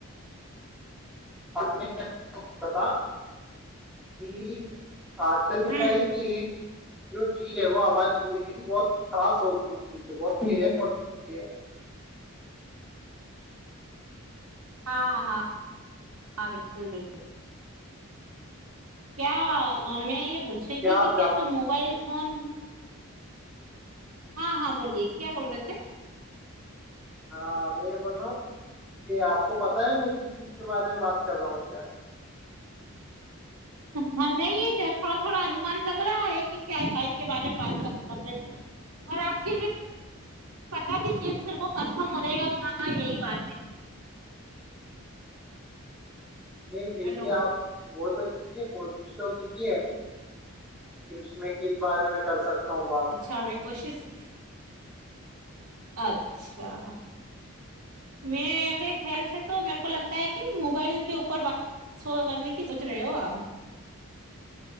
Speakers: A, in the centre; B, on the right (about 85°).
A: آ میں تھا کہ آج کل کیا
B: ہ
A: ہے کہ ایک جو چیز ہے وہ ہماری زندگی کی بہت خاص ہو چکی ہے بہت ہی اہم ہو چکی ہے
B: ہاں ہاں ہاں بالکل بالکل کیا میں یہ پوچھ رہی تھی
A: آپ
B: کہ
A: جان
B: کیا تو موبائل فون <unintelligible> ہاں ہاں بولیے کیا بول رہے تھے
A: ہاں میں یہ بول رہا ہوں کہ آپ کو پتاہ ہے میں کس چیز کے بارے میں بات کر رہا ہوں کیا
B: ہاں نہیں تھوڑا تھوڑا انومان لگ رہا ہے کہ کیا اکائی کے بارے میں بات کر سے اور آپ پھر بھی بتا دیجیے پھر وہ کنفرم ہو جائے گا کہاں یہی بات ہے
A: نہیں پھر
B: ہلو
A: بھی آپ وہ تو <unintelligible> کییک ہے کوش توو کیج ہے <unintelligible> ج اس میں <unintelligible> کس بارے میں کر سکتا ہوں بات
B: اچھا میں کوشش اچھا میرے خیال سے تو میرے کو لگتا ہے کہ موبائل کے اوپر بات سو کرنے کی سوچ رہے ہو ہم <unintelligible>